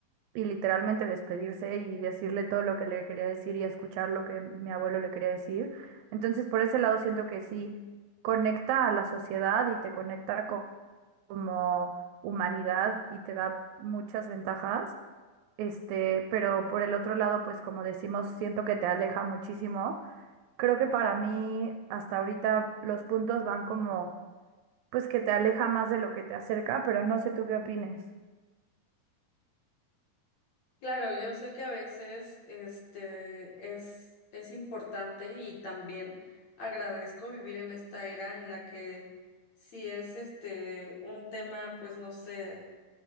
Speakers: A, on the right; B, on the left.
A: y literalmente despedirse y decirle todo lo que le quería decir y escuchar lo que mi abuelo le quería decir. Entonces, por ese lado siento que sí conecta a la sociedad y te conecta co- como humanidad y te da muchas ventajas. Este, pero por el otro lado, pues como decimos, siento que te aleja muchísimo. Creo que para mí hasta ahorita los puntos van como pues que te aleja más de lo que te acerca, pero no sé tú qué opines.
B: Claro, yo sé que a veces este es, es importante y también agradezco vivir en esta era en la que si es este un tema, pues no sé,